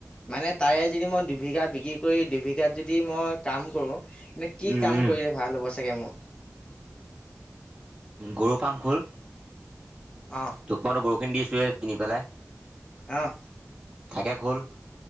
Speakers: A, on the left; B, on the right.
A: মানে তাৰে যদি মই দুবিঘা বিক্ৰী কৰি, দুবিঘাত যদি মই কাম কৰো। কি
B: উম
A: কাম
B: উম
A: কৰিলে ভাল হ'ব চাগে মোৰ।
B: গৰু পাম খোল
A: অ'।
B: পাত গৰুখিনি <unintelligible> পিন্ধ পেলাই
A: আহ।
B: থাকে খ, হ'ল।